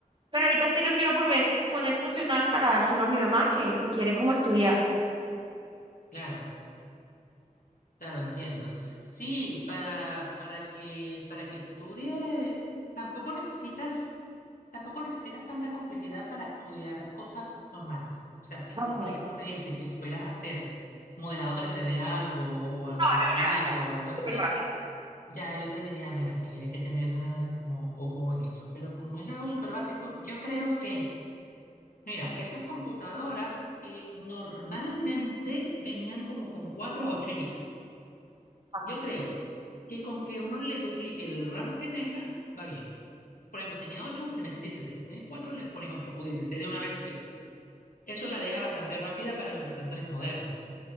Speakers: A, on the right; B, on the left.
A: Pero ahorita sí lo quiero por ver- poner funcional para dárselo a mi mamá que, que quiere como estudiar.
B: claro, claro, entiendo. Sí, para, para que, para que estudie, tampoco necesitas, tampoco necesitas tanta complejidad para estudiar cosas normales. O sea, si
A: Ok.
B: tú,
A: No,
B: por ejemplo, me dices que fueras a hacer modelado 3D de algo o algún
A: no,
B: juego
A: nada, nada.
B: o algo así,
A: Súper básico.
B: Ya, yo te diría, mira, y hay que tener ah, como ojo en eso. Pero como es algo súper básico, yo creo que, mira, estas computadoras eh, normalmente venían como con 4 a 8 gigas.
A: Ah,
B: Yo creo que con que uno le duplique el RAM que tenga, va bien. Por ejemplo, tenía 8, le meten 16. Tienes 4, le pones 8 o 16 de una vez si quieres. Eso la deja bastante rápida para los estándares modernos.